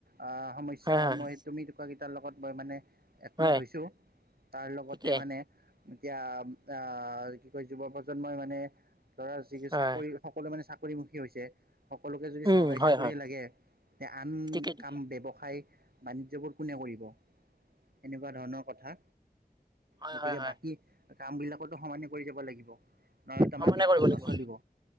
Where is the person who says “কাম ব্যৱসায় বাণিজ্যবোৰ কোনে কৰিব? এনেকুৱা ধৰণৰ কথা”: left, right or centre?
Right